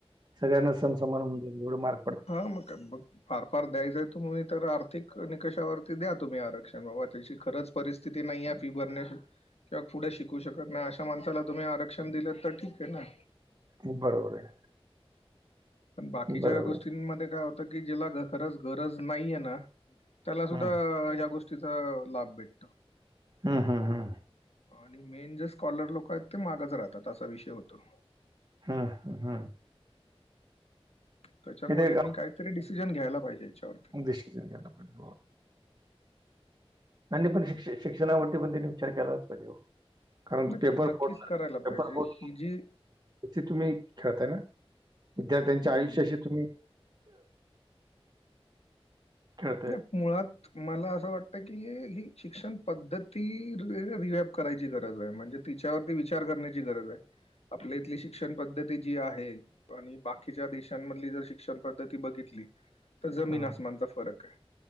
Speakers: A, on the right (about 40°); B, on the left (about 85°).
A: सगळ्यांना सम समान एवढ मार
B: हा मग का बघ फार फार द्यायचंय तुम्ही तर आर्थिक निकषावर द्या तुम्ही आरक्षण बाबा त्याची खरंच परिस्थिती नाहीये फी भरण्याची किंवा पुढे शिकू शकत नाही अशा माणसाला तुम्ही आरक्षण दिलं तर ठीक हे ना.
A: बरोबर आहे.
B: पण बाकीच्या
A: बरोबर
B: गोष्टींमध्ये
A: आहे.
B: काय होतं की जेला खरंच गरज नाहीेये ना. त्याला सुद्धा
A: हम्म
B: ह्या गोष्टीचा लाभ भेटतो.
A: हम्म हम्म हम्म.
B: आणि मेन जे स्कॉलर लोक आहेत ते मागचं राहतात असा विषय होतो.
A: हम्म हम्म हम्म.
B: त्याच्यामुळे
A: हे ते
B: यांनी कायतरी डिसिजन घ्यायला पाहिजे याच्यावर
A: डिसिजन घ्यायला पायजे हो. त्यांनी पण
B: आता
A: शिक्ष
B: काय
A: शिक्षणावरती पण त्यांनी विचार केलाच पाहिजे हो. कारण
B: नक्क
A: पेपर
B: नक्कीच
A: बोट <unintelligible>
B: करायला
A: पेपर
B: पाहिजे.
A: बोट
B: ही जी
A: ते तुम्ही खेळताय ना विद्यार्थ्यांच्या
B: हं.
A: आयुष्याशी तुम्ही खेळतायत.
B: नाही मुळात. मला असं वाटतं की ही शिक्षण पद्धती री रिवॅप करायची गरज हाय म्हणजे तिच्यावरती विचार करण्याची गरज आहे आपल्या इथली शिक्षण पद्धती जी आहे. आणि बाकीच्या देशांमधली जर शिक्षण पद्धती बघितली तर जमीन
A: हं.
B: आसमानचा फरक ये.